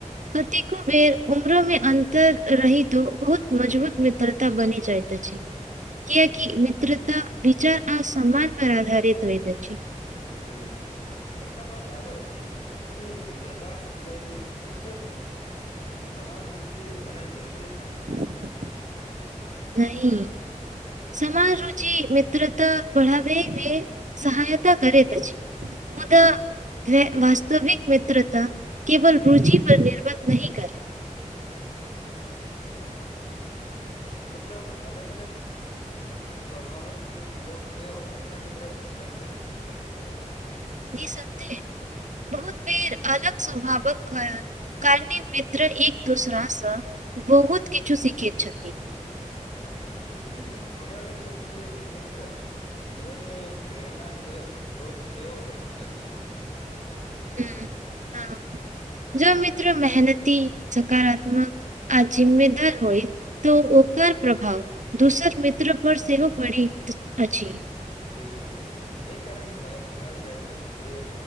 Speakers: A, on the right; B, on the left.
A: कतेको बेर उम्रो में अंतर रही तो बहुत मजबूत म मितरता बनी जाइ त अछि कियक मित्रता विचार आ सम्मान पर आधारित होइत अछै
B: हूँ एकटा बात आरो अछि कि मित्रता के लेल हमेशा समान रुचि होनाइ जरुरी अछि
A: ह <inaudible> नहि समान रुचि मित्र तऽ बढ़ाबे मे सहायता करेएत अछि मुदा वास्तविक मित्रता केवल रुचि पर निर्भर नहीं करे
B: मतलब अलग अलग सभक लोक सेहो अच्छा मित्र बनि सकैत छी
A: निसन्देह बहुत बेर अलग स्वभावक खयाल कारनी मित्र एक दूसरा सँ बहुत किछु सीखैत छथि
B: ह हमरा लगैत अछि जे मित्र जीवन मे प्रेरणा सेहो स्रोत सेहो होइत छथि
A: हू हँ जो मित्र मेहनती सकारात्मक आ जिम्मेदार होइत तऽ ओकर प्रभाव दोसर मित्र पर सेहो पड़ित अछि
B: बिल्कुल एहि कारण कह कहल जाइत छथि जे